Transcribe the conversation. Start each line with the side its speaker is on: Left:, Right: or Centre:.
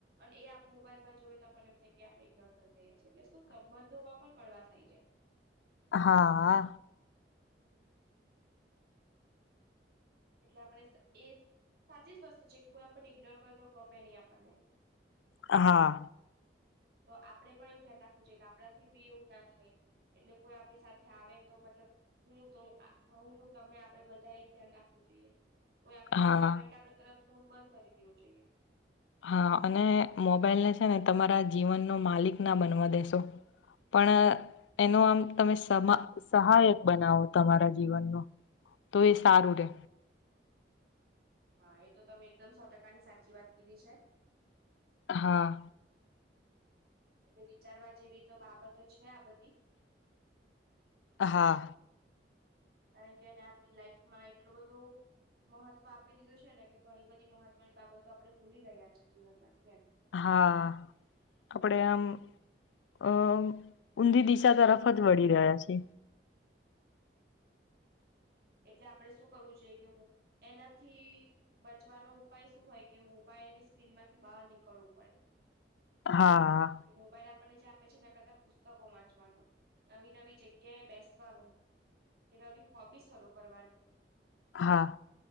Right: અને એ આપ મોબાઈલમાં જોઈએ તો આપને એમ થ કે આપણે ઇગ્નોર કરી રહ્યા છીએ એટલે શું સંબંધોમાં પણ કળવાસ આવી જાય
Left: હા
Right: એટલે આપણે એ સાચી જ વસ્તુ છે કે કોઈ આપણને ઇગ્નોર કરે તો ગમે નહીં આપણને
Left: હા
Right: તો આપડે પણ એવું ધ્યાન રાખવું જોઈએ કે આપડા થી બી એવું ના થાય એટલે કોઈ આપણી સાથે આવે તો મતલબ હું તો હું તમે આપડે બધા એ ધ્યા રાખ કોઈ આપણી
Left: હા
Right: જોડે આવે તો આપણે તરત ફોન બંધ કરી દેવો જોઈએ
Left: હા અને મોબાઈલને છે ને તમારા જીવનનો માલિક ના બનવા દેેશો પણ એનો આમ તમે સ સહાયક બનાવો તમારા જીવનનો તો એ સારું રે
Right: હા એ તો ત અમે એકદમ સો ટકાની સાચી વાત કીધી છે
Left: હા
Right: એટલે વિચારવા જેવી તો બાબત તો છે આ બધી
Left: હા
Right: કારણ કે એ આપડી લાઈફમાં એટલું બધું મહત્વ આપી દીધું છે ને કે ઘણી બધી મહત્વની બાબતો આપડણે ભૂલી રહ્યા છીએ જીવનમાંથી એમ
Left: હા આપડે આમ અમ ઊંધી દિશા તરફ જ વળી રહ્યા છે
Right: એટલે આપડે શું કરવું જોઈએ કે એનાથી બચવાનો ઉપાય શું હોય કે મોબાઈલ ની સ્ક્રી માંથી બહાર નીકળવું પડે.
Left: હા
Right: કે મોબાઈલ આપણને જે આપે છે એ કરતા પુસ્તકો વાંચવાનું નવી નવી જગ્યાએ બેસવાનું. કે નવી હોબી શરૂ કરવાની.
Left: હા